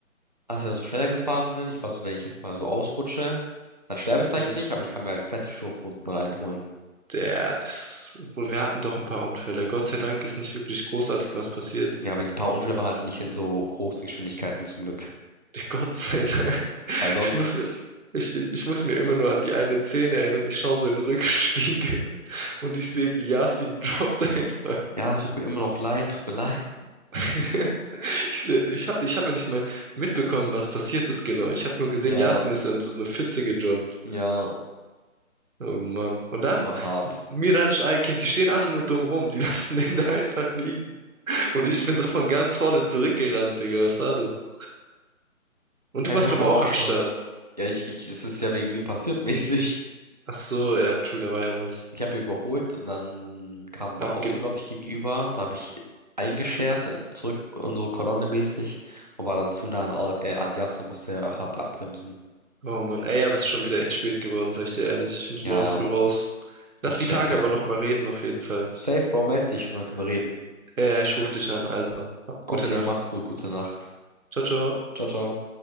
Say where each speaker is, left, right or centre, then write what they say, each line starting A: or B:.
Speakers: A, on the right (about 35°); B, on the right (about 70°).
A: als wir da so schneller gefahren sind, ich war so, wenn ich jetzt mal so ausrutsche, dann sterbe ich vielleicht
B: Hm.
A: nicht, aber ich kann mir halt fette Schürfwunden reinholen.
B: Der, das, wohl, wir hatten doch ein paar Unfälle. Gott sei Dank ist nicht wirklich großartig was passiert.
A: Ja, aber die paar Unfälle waren halt nicht in so großen Geschwindigkeiten zum Glück.
B: <laughs> Gott sei Dank.
A: Weil sonst,
B: Ich muss, mir- ich, ich ich muss mir immer nur an die eine Szene erinnern. Ich schaue so in den Rückspiegel <laughs> und ich sehe, wie Yasin droppt einfach.
A: ja, es tut mir immer noch leid, tut mir leid.
B: <laughs> Ich sehe, ich habe ich hab ja nicht mal mitbekommen, was passiert ist genau. Ich habe nur gesehen,
A: Ja,
B: Yasin ist in so eine Pfütze gedroppt.
A: ja,
B: Oh Mann. Und dann,
A: es war hart.
B: Mirac, Aykin, die stehen alle nur dumm rum. Die <laughs> lassen den da einfach liegen. Und ich bin so von ganz vorne zurückgerannt, Digga. Was war das? Und
A: Ja,
B: du
A: ich
B: warst,
A: hoffe,
B: glaub
A: ich war
B: auch
A: auch Schock.
B: am Start.
A: Ja, ich, ich, es ist ja wegen mir passiert <laughs> mäßig.
B: Ach so, ja, true, da war ja was.
A: Ich habe überholt und dann kam ein
B: Abge
A: Auto, glaube ich, gegenüber. Da habe ich eingeschert, also zurück unsere Kolonne mäßig und war dann zu nah an, Al- äh, an Jas, da musste er hart abbremsen.
B: oh Mann. Ey, aber es ist schon wieder echt spät geworden, sag ich dir ehrlich. Ich muss
A: Ja,
B: morgen früh raus. Lass
A: ich
B: die
A: checke.
B: Tage aber nochmal reden, auf jeden Fall.
A: Safe, Bro, meld dich, können wir reden.
B: Ja, ja, ich ruf dich an, also.
A: Okay,
B: Gute Nacht.
A: mach's gut, gute Nacht.
B: Ciao, ciao.
A: Ciao, ciao.